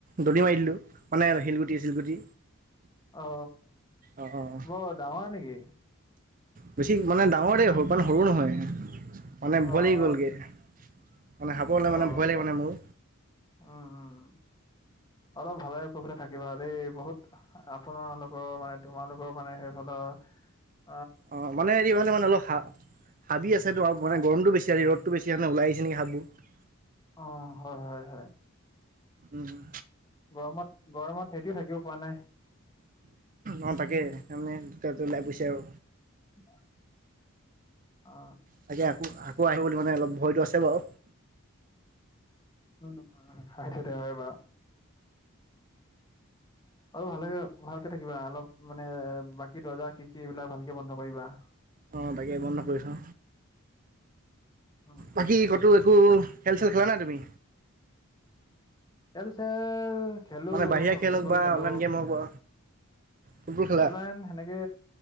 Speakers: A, on the right; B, on the left.
A: দলি মাৰি দিলো মানে শিলগুটি চিলগুটি।
B: অ
A: অঁ অঁ
B: বৰ ডাঙৰ নেকি
A: বেছি মানে ডাঙৰ দেই সিমান সৰু নহয় সৰু নহয় মানে
B: অ
A: ভয় লাগি
B: অ
A: গলগে মানে সাপলে
B: অ
A: মানে ভয়
B: অলপ
A: লাগে মানে মোৰ
B: উম উম অলপ ভালে কুশলে থাকিবা দেই বহুত আপোনালোকৰ মানে তোমালোকৰ মানে সেই ফালে অ
A: অ মানে হেৰিফালে মানে অলপ হা হাবি আছে টো আও মানে
B: অ
A: গৰমটো বেছি ৰ'দটো বেছি সেইকাৰণে ওলাই আহিছে নেকি সাপবোৰ
B: অ হয় হয় হয়
A: উম হম
B: গৰমত গৰমত সেতিও থাকিব পৰা নাই।
A: অ তাকে। তামানে দুটা জো ওলাই গৈছে আও।
B: <inaudible> অ
A: তাকে আকৌ আকৌ আহিব বুলি মানে অলপ ভয়তো আছে বাও।
B: উম, সেইতোটো হয় বা। আৰু ভালে ভালকে থাকিবা। অলপ মানে বাকী দৰ্জা খিৰিকি এইবিলাক ভালকে বন্ধ কৰিবা।
A: অ তাকে বন্ধ কৰিছো।
B: উম
A: বাকী কতো একো খেল-চেল খেলা নাই তুমি?
B: খেল-চেল খেলো,
A: মানে বাহিৰা খেল
B: ফুটবল
A: হওক বা
B: খেলো।
A: অনলাইন গেম হওক বা ফুটবল খেলা
B: অনলাইন সেনেকে